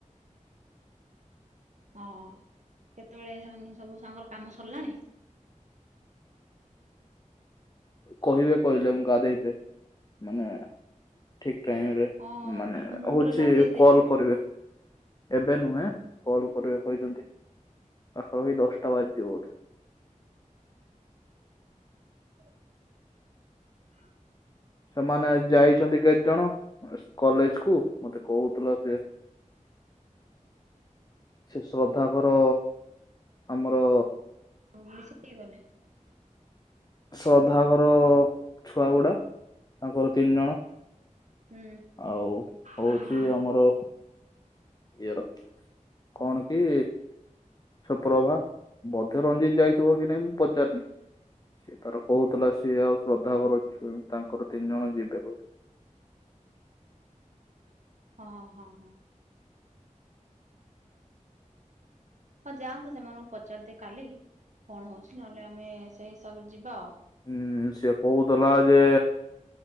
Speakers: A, on the right; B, on the left.
A: ହଁ କେତେବେଳେ ସେମାନେ ସବୁ ସାଙ୍ଗର କାମ ସରିଲାଣି।
B: କହିବେ କହିଲେ ମୁଁ ଗାଧେଇତେ ମାନେ ଠିକ ଟାଇମରେ
A: ହଁ
B: ମାନେ
A: ମୁଣ୍ଡରେ
B: ହଉଛି
A: ଗାଧେଇ ଦେ
B: କଲ କରିବେ। ଏବେ ନୁହେଁ କଲ କରିବେ କହିଛନ୍ତି ପାଖାପାଖି ଦଶଟା ବାଜିଯିବ ବୋଧେ।
A: ହ।
B: ସେମାନେ ଯାଇଛନ୍ତି କେତେ ଜଣ କଲେଜକୁ ମତେ କହୁଥିଲ ସେଏ। ସେ ଶ୍ରଦ୍ଧାଙ୍କର ଆମର
A: ହଉ ମିଶେଇ ହେଇ ଗଲେ <inaudible>
B: ଶ୍ରଦ୍ଧା ଘର ଛୁଆ ଗୁଡା ତାଙ୍କର ତିନି ଜଣ।
A: ହୁଁ
B: ଆଉ ହଉଛି
A: ହୁଁ ହୁଁ
B: ଆମର ଇଏର କଣ କି ସେ ପ୍ରଭା ବ୍ରଜରଞ୍ଜିତ ଯାଇଥିବ କି ନାଇଁ ମୁଁ ପଚାରିନି। ତାର କହୁଥିଲା ସିଏ ଆଉ ଶ୍ରଦ୍ଧା ଘର ତାଙ୍କର ତିନି ଜଣ ଯିବେ ବୋଲି।
A: ହଁ ହଁ ହଁ। ହଁ ଯାଆନ୍ତୁ ସେମାନଙ୍କୁ ପଚାରି ଦିଏ କାଲି କଣ ହଉଛି ନହେଲେ ଆମେ ସେଇ ହିସାବରେ ଯିବା ଆଉ।
B: ହୁଁ ସିଏ କହୁଥିଲା ଯେ